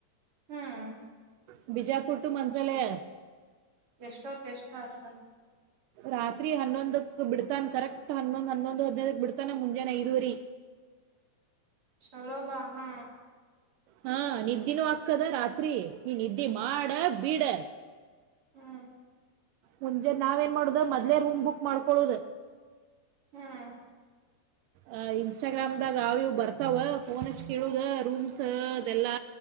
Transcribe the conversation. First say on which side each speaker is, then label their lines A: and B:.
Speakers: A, on the right; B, on the right.
A: ಹ್ಮ್
B: ಹ್ಮ್ ಬಿಜಾಪುರ್ ಟು ಮಂಜಾಲಯ
A: ಎಷ್ಟೊತ್ ಎಷ್ಟ ಆಸ
B: ರಾತ್ರಿ ಹನ್ನೊಂದಕ್ ಬಿಡ್ತಾನ ಕರೆಕ್ಟ್ ಹನ್ನೊಂದ್ ಹನ್ನೊಂದು ಹದ್ದಕ್ ಬಿಡ್ತಾನ ಮುಂಜಾನೆಐದುವರಿ
A: ಚಲೋಲಾ ಹಾ
B: ಹಾ ನಿದ್ದಿನೂ ಅಕ್ಕದ ರಾತ್ರಿ ಈ ನಿದ್ದೆ ಮಾಡ ಬಿಡ
A: ಹ್ಮ್
B: ಮುಂಜೆ ನಾವೆನ್ ಮಾಡುದ ಮೊದ್ಲೇ ರೂಮ್ ಬುಕ್ ಮಾಡ್ಕೊಳ್ಳುದ
A: ಹ್ಮ್
B: ಅ ಇನ್ಸ್ಟಾಗ್ರಾಮ್ ದಾಗ ಅವ ಇವ್ ಬರ್ತಾವ ಫೋನ್ ಹಚ್ ಕೇಳುದ ರೂಮ್ಸ್ ಅದೆಲ್ಲಾ